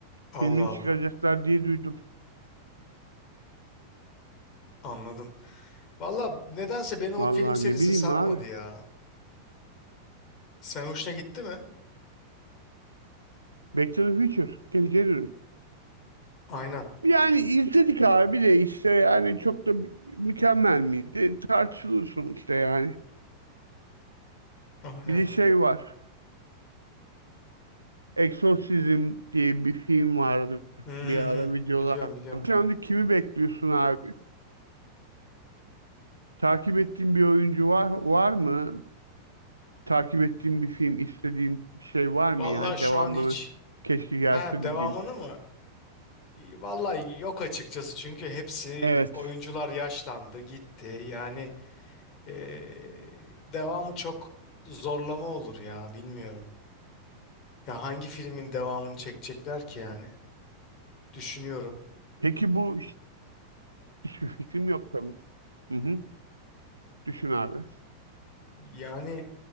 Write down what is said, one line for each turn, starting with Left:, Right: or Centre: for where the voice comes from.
Left: Allah
Right: Filmini
Left: Allah.
Right: çıkaracaklar diye duydum.
Left: Anladım. Valla nedense beni o
Right: Vallahi
Left: film serisi
Right: ne bileyim
Left: sarmadı
Right: abi.
Left: ya. Sen hoşuna gitti mi?
Right: Back to the Future. Geleceğe dönüş.
Left: Aynen.
Right: Yani izledik abi de işte yani çok da mükemmel miydi? Tartışılır sonuçta yani.
Left: Aynen.
Right: Bir de şey var. Exorcism diye bir film vardı
Left: Hı hı
Right: bir ara
Left: hı.
Right: videolar.
Left: Biliyorum biliyorum.
Right: Şu anda kimi bekliyorsun abi? Takip ettiğin bir oyuncu var, var mı? Takip ettiğin bir film, istediğin bir şey var mı
Left: Valla
Right: yani
Left: şu
Right: devamını
Left: an hiç.
Right: keşke gelse
Left: Ha devamını
Right: dediğin.
Left: mı? Valla yok açıkçası çünkü hepsi
Right: Evet.
Left: oyuncular yaşlandı gitti. Yani Ee, devamı çok zorlama olur ya bilmiyorum. Ya hangi filmin devamını çekecekler ki yani? Düşünüyorum.
Right: Peki bu hiç- hiçbir fikrim yok tabii. Hı hı. Düşün abi.
Left: Yani